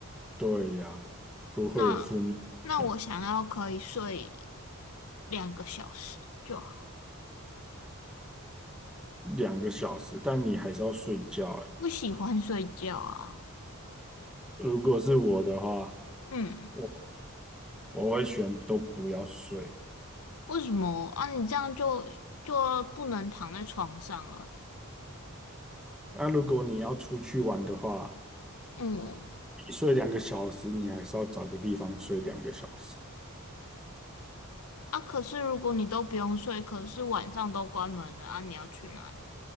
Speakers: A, in the centre; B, on the left.
A: 对呀，不会有负面影响。
B: 那那我想要可以睡两个小时就好，
A: 两个小时，但你还是要睡觉哎。
B: 不喜欢睡觉啊。
A: 如果是我的话，
B: 嗯，
A: 我我会选都不要睡。
B: 为什么啊？你这样就就不能躺在床上了
A: 那如果你要出去玩的话，
B: 欸、嗯，
A: 你睡两个小时，你还是要找个地方睡两个小时。
B: 啊，可是如果你都不用睡，可是晚上都关门了啊，你要去哪里？